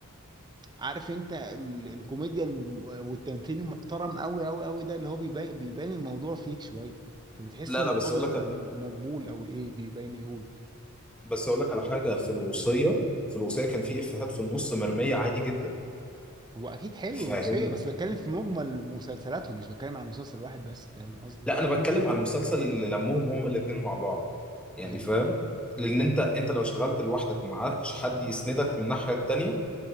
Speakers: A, on the right; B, in the centre.
A: عارف انت ال- الكوميديا الم- والتمثيل المحترم قوي قوي قوي ده اللي هو بيبان بيبان الموضوع فيك شويه فبتحس
B: لا
A: الموضوع
B: لا بس
A: مش
B: اقول لك
A: مج- مقبول او ايه بيبان يقول
B: بس اقول لك على حاجه في الوصيه في الوصيه كان في افيهات في النص مرميه عادي جدا
A: هو اكيد حلو
B: فاهم
A: الروسيه بس بتكلم في مجمل مسلسلاتهم مش بتكلم على مسلسل واحد بس فاهم قصدي
B: لا انا بتكلم على المسلسل اللي لمهم هما الاثنين مع بعض يعني
A: ايوه
B: فاهم لان انت انت لو اشتغلت لوحدك ومعكش حد يسندك من الناحيه التانيه